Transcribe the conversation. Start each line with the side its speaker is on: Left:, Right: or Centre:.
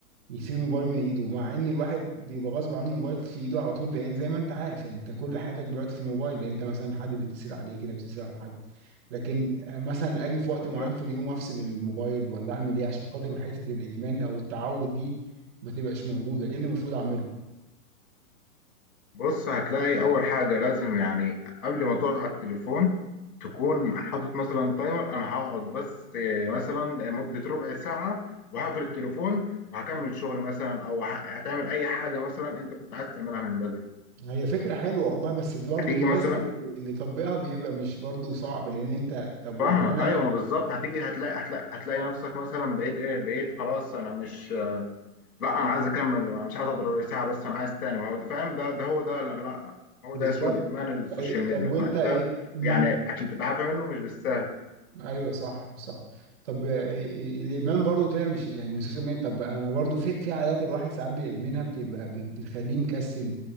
Right: يسيب الموبايل من ايده مع ان الواحد بيبقى غصب عنه الموبايل في ايده على طول لان زي ما انت عارف يعني انت كل حياتك دلوقتي في الموبايل لان انت مثلا حد بيتصل عليك كده بتتصل على حد لكن مثلا اجي في وقت
Left: بالظبط
Right: معين في اليوم افصل الموبايل ولا اعمل ايه عشان خاطر حتة الادمان او التعود دي ما تبقاش موجودة ايه اللي المفروض اعمله
Left: بص هتلاقي اول حاجه لازم يعني قبل ما تقعد على التليفون تكون حاطط مثلا تايمر انا هقعد بس مثلا مده ربع ساعه وهقفل التليفون وهكمل شغل مثلا او ه- هتعمل اي حاجه مثلا انت كنت عايز تعملها من بدري
Right: هي فكرة حلوة والله بس برضه
Left: هتيجي
Right: بتحس
Left: مثلا
Right: إن اللي طبقها بيبقى مش برضه صعب لأن أنت طب وأنا
Left: فاهمك ايوه ما بالظبط هتيجي هتلاقي هتلاقي هتلاقي نفسك مثلا بقيت ايه بقيت خلاص انا مش لا انا عايز اكمل ما- مش عايز اضرب ساعه بس انا عايز تاني ما هو أنت فاهم ده ده هو ده لا لا، هو
Right: بالظبط
Left: ده اسمه الادمان السوشيال
Right: طيب
Left: ميديا
Right: طب وأنت
Left: فانت
Right: إيه مم.
Left: يعني عشان تتعافى منه مش بالسهل
Right: أيوه صح صح طب إيه- إيه، الإدمان برضه طلع مش يعني مش سوشيال ميديا طب أنا برضه في في عادات الواحد ساعات بيدمنها بتبقى بت- بتخليه مكسل